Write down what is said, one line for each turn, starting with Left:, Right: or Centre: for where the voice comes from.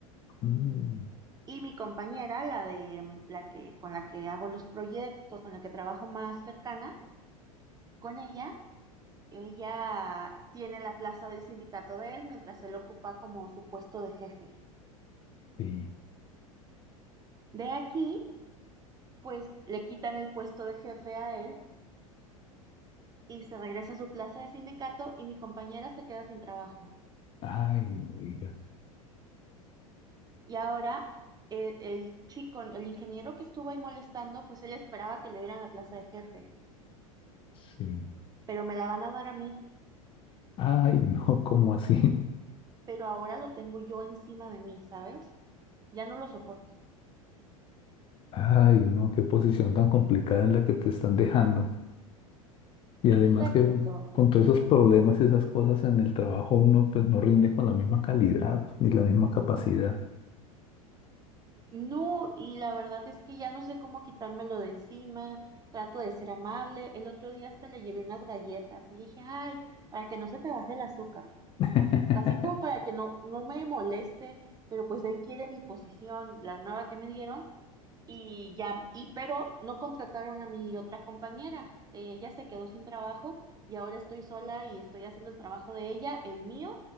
Left: Mm,
Right: Y mi compañera, la de mm, la que con la que hago los proyectos, con la que trabajo más cercana, con ella, ella tiene la plaza del sindicato de él mientras él ocupa como su puesto de jefe.
Left: sí.
Right: De aquí pues le quitan el puesto de jefe a él y se regresa a su plaza de sindicato y mi compañera se queda sin trabajo.
Left: Ay, no digas.
Right: Y ahora el, el chico, el ingeniero que estuvo ahí molestando, pues él esperaba que le dieran la plaza de jefe,
Left: Sí.
Right: pero me la van a dar a mí,
Left: Ay, no, ¿cómo así?
Right: pero ahora lo tengo yo encima de mí, ¿sabes? Ya no lo soporto.
Left: Ay, no, qué posición tan complicada en la que te están dejando. Y además
Right: Exacto.
Left: que con todos esos problemas y esas cosas en el trabajo, uno pues no rinde con la misma calidad ni la misma capacidad.
Right: No, y la verdad es que ya no sé cómo quitármelo de encima. Trato de ser amable. El otro día hasta le llevé unas galletas y le dije, ay, para que no se te baje el azúcar.
Left: <laughs>
Right: así como para que no, no me moleste, pero pues él quiere mi posición, la nueva que me dieron, y ya, y pero no contrataron a mi otra compañera. Eh, Ella se quedó sin trabajo y ahora estoy sola y estoy haciendo el trabajo de ella, el mío,